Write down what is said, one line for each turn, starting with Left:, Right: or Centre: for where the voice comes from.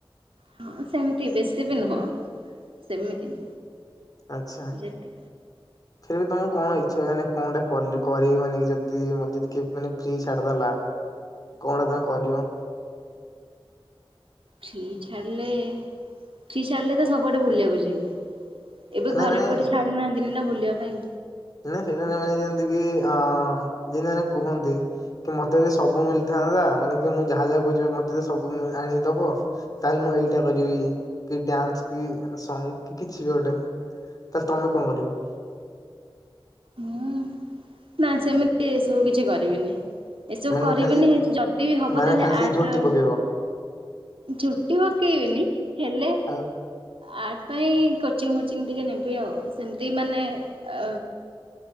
Right: ହଁ ସେମତି ବେଶୀ ବି ନୁହଁ, ସେମିତି।
Left: ଆଚ୍ଛା।
Right: ଯେତିକି
Left: ଫେର ବି ତମର କଣ ଇଚ୍ଛା ହ ମାନେ କଣଟା କରି ମାନେ ଯଦି ମତେ ଯଦି ମାନେ ଫ୍ରି ଛାଡିଦେଲା। କଣ ତମେ କରିବ?
Right: ଫ୍ରି ଛାଡିଲେ ଫ୍ରୀ ଛାଡିଲେ ତ ସବୁଆଡେ ବୁଲିବାକୁ ଯିବି। ଏବେ
Left: ନାଇଁ
Right: ଘରେ
Left: ମାନେ
Right: କୋଉଠି ଛାଡୁ ନାହାନ୍ତିନି ନା ବୁଲିବା ପାଇଁ।
Left: ନ ସେଇଟାମାନେେ ଯେମିତି କିି ଅ ଯେମିତି ମାନେ କୁହନ୍ତି। କି ମତେ ଯଦି ସବୁ ମିଳିଥାନ୍ତା ମାନେ କି ମୁଁ ଯାହା ଯାହା କହୁଛିି ମତେ ଯଦି ସବୁ ଆଣିକିଦବ ତାହେଲେ ମୁଁ ଏଇଟା କରିବି କି ଡ୍ୟାନ୍ସ କି ସଙ୍ଗ କି କିଛି ବି ଗୋଟେ। ତାହେଲେ ତମେ କଣ କରିବ?
Right: ମୁଁ ନା ସେମିତି ଏ ସବୁ କିଛି କରିବିନି। ଏସବୁ
Left: ମାନେ
Right: କରିବିନି
Left: ଖାଲି
Right: ଯଦି ବି ହବ
Left: ମାନେ
Right: ତାହେଲେ
Left: ଖାଲି
Right: ଆର୍ଟ
Left: ସେଇ ଝୋଟି ପକେଇବ
Right: ଝୋଟି ପକେଇବିନି ହେଲେ
Left: ଆଉ
Right: ଆର୍ଟ ପାଇଁ କୋଚିଂ ଫୋଚିଂ ଟିକେ ନେବି ଆଉ ସେମିତି ମାନେ ଆ